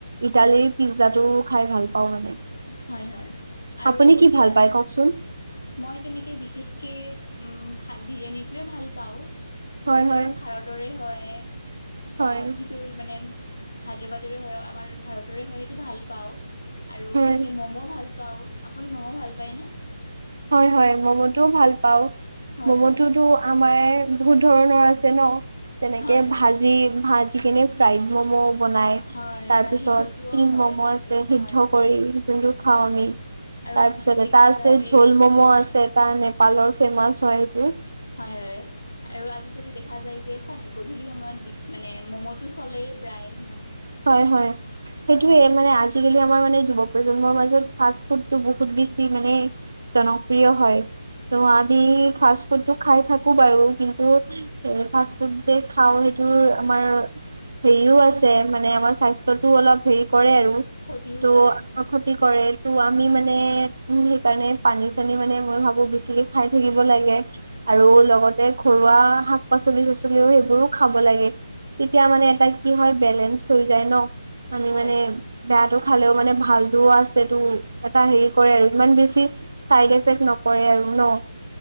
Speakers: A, on the right; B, on the left.
A: ইটালীৰ পিজ্জাটো খাই ভাল। পাওঁ মানে
B: হয় হয়, আৰু
A: আপুনি
B: এতিয়া
A: কি ভাল পায় কওকচোন
B: মই তেনেকে বিশেষকে উম বিৰিয়ানীটোৱে ভাল পাওঁ।
A: হয়
B: যিটো
A: হয়
B: আমাৰ ভাৰতৰে হয়। বা
A: হয়
B: সেইটোৰ মানে, হায়দৰাবাদৰে হয় আমাৰ ভাৰতৰে হয় সেইটো ভাল পাও। আৰু
A: হয়,
B: তেনেকে মম' ভাল পাও, আপুনি মম' ভাল পায়নে?
A: হয় হয় মম'টোও ভাল পাও,
B: হয়
A: মম'টোতো
B: হয়
A: আমাৰ বহুত ধৰণৰ আছে ন। তেনেকে
B: হয় হয়
A: ভাজি ভাজিখিনি ফ্ৰাইড মম' বনাই
B: হয়
A: তাৰপিছত
B: বা সিদ্ধটোও হয়
A: ম
B: থাকে
A: আছে সিদ্ধ
B: হয় হয়
A: কৰি যোনটো
B: হয়
A: খাওঁ আমি
B: হয় আৰু
A: তাৰপিছতে
B: আজিকালি দেখা
A: তাৰ আছে
B: যায়
A: ধোল মম'
B: হয়
A: আছে তাৰ নেপালৰ ফেমাচ হয় সটো।
B: হয় হয়, আৰু আজিকালি দেখা যায় যে গধূলি সময়ত বি মানে ম'ম'তটো চলেয়ে প্ৰায় ন।
A: হয় হয়, সেইটোয়ে
B: হয় হয়
A: মানে আজিকালি মাৰ মানে যুৱ প্ৰজন্মৰ মাজত ফাষ্ট ফুডটো বহুত বেছি মানে জনক প্ৰিয় হয়, ত আদি ফ ফুডটো খাই থাকো বাৰু কিন্তু, এ ফাষ্ট ফুড যে খাওঁ সেইটো আমাৰ হেৰিও আছে মানে আমাৰ স্বাস্থ্যতটোও অলপ হেৰি কৰে আৰু,
B: ক্ষতিও
A: ত'
B: কৰে তেনেকে
A: কতি কৰে ত' আমি
B: হয়
A: মানে উ সেইকাৰণে পানী চানী মানে মই ভাবো বেছিকে খাই থাকিব লাগে। আৰু
B: হয়
A: লগতে ঘৰুৱা শাক পাচলিৰ চাচলি সেইবোৰও খাব লাগে, তেতিয়া মানে এটা কি হয় বে চ হৈ যায় ন, আমি
B: হয়
A: মানে
B: হয় হয়
A: বেয়াতটো খালেও মানে ভালতোও আছে তো এটা হেৰি
B: হয়
A: কৰে আৰু, ইমান বেছি চাইড এফেক্ট নকৰে আৰু ন।